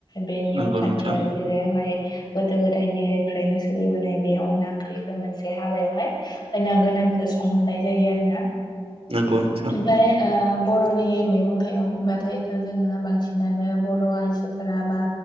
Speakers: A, on the left; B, on the right.
A: बे नियम
B: नंगौ
A: खान्थिया
B: नोंथां
A: जेरैहाय गोदो गोदायनिफ्रायनो सोलिबोनाय बे अनला ओंख्रिखौ मोनसे हाबायावहाय खैना गोदानखो संहोनाय जायो आरो ना।
B: नंगौ नोंथां
A: ओमफाय ओ बर'नि मैगं थाइगं होनबाथायथ' जोङो बांसिनानो बर' आइजोफोरा बा